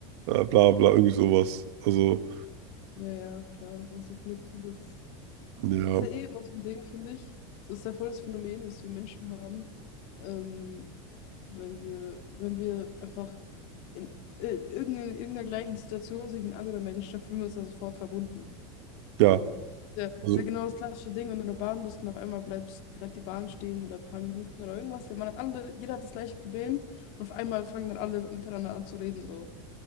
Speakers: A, on the right (about 60°); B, on the left (about 40°).
A: äh, bla bla, irgendwie sowas. Also,
B: Ja, ja, klar. Einfach so kollektives.
A: ja,
B: Das ist ja eh immer so ein Ding, finde ich. Das ist ja voll das Phänomen, was wir Menschen haben. Ähm, wenn wir, wenn wir einfach in, äh, irgendeiner, irgendeiner gleichen Situation sind wie ein anderer Mensch, dann fühlen wir uns da sofort verbunden.
A: ja,
B: So, das ist ja, das
A: also,
B: ist ja genau das klassische Ding, wenn du in der Bahn bist und auf einmal bleibt, bleibt die Bahn stehen oder ein paar Minuten oder irgendwas. weil Man hat alle, jeder hat das gleiche Problem und auf einmal fangen dann alle miteinander an zu reden. So.